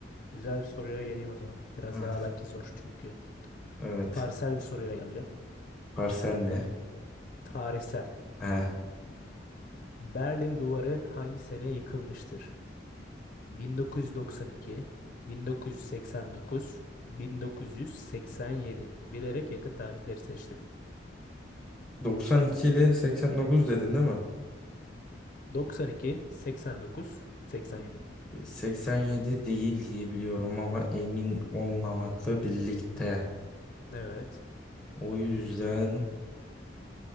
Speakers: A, on the left; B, in the centre.
A: güzel bir soruyla geleyim o zaman. Biraz
B: Ha,
A: daha belki zor çünkü.
B: evet.
A: Tarihsel bir soruyla geleceğim.
B: Parsel mi?
A: Tarihsel.
B: Ha.
A: Berlin Duvarı hangi sene yıkılmıştır? 1992, 1989, 1987. Bilerek yakıt tarihleri seçtim.
B: 92 ile 89 dedin değil mi?
A: 92, 89, 87.
B: 87 değil diye biliyorum ama emin olmamakla birlikte.
A: Evet.
B: O yüzden